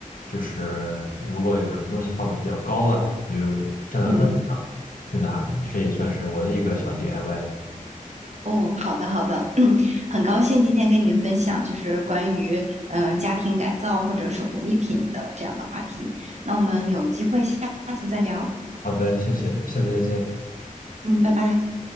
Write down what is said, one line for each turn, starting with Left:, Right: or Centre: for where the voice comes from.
Left: 就是如果有什么东西放的比较高了，我就站到凳子上去拿，
Right: 嗯。
Left: 这也算是我的一个小 DIY。
Right: 哦，好的好的，<clears throat> 嗯，很高兴今天跟你分享，就是关于嗯、呃家庭改造或者手工艺品的这样的话题。那我们有机会下次再聊，
Left: 好的，谢谢，下次再见。
Right: 嗯，拜拜。